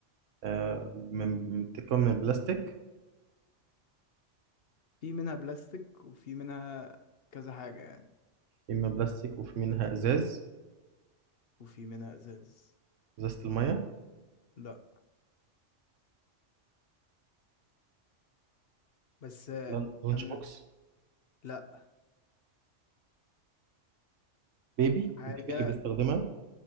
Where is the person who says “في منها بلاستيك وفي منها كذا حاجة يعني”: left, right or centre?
Left